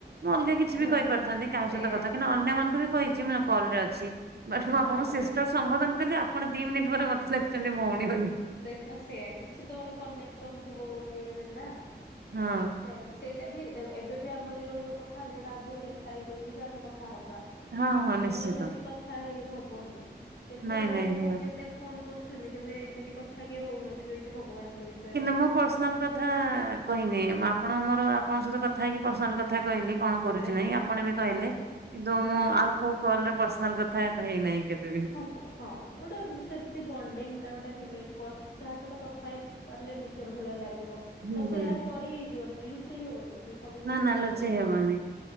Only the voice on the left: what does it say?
ହଁ
ସେଇଆ।
ହଁ
ଦେଖ ନା ସେଇଆ କିଛି ତ ଗୋଟେ କନେକ୍ସନ ଥିବ ବୋଲି ନା
ଅଁ ସେୟା ବି ସେଇଟା ବି ଦେଖ ଏବେ ବି ଆମେ ଦି ଜଣ ଯୋଉ କଥା ହେଲେ ଏଇଟା ଆଗୁରୁ ଲେଖା ହେଇକି ଅଛି ଯେ ଆମେ କଥା ହବା।
ନହେଲେ ସେମିତି କଥା ହେଇ ବି ହବନି କେତେ
କେତେ
ଲୋକଙ୍କୁ
କେତେ ଫୋନ କରୁଛନ୍ତି କିନ୍ତୁ ଏମିତି କଥା କିଏ ହଉନଥିବେ କି ଭଗବାନଙ୍କ ବିଷୟ
ଆଜ୍ଞା
ଆଜ୍ଞା
ହୁଁ।
ହବ ହଁ ଗୋଟେ ଉଁ ସେମତି ବଣ୍ଡିଙ୍ଗ ଟା ଗୋଟେ ଥିଲେ କଥା ଯାହା ସହିତ କଥା ହେଇ ପାରିଲେ ନିଜର ଭଳିଆ ଲାଗିବ। ତ
ସେୟାର କରିହି ହେଇଯିବନି ଲୁଚେଇ ହବନି କିଛି ସେ ସବୁ
ଜିନିଷ
ସେୟାର
କରି ହେଇଯିବ।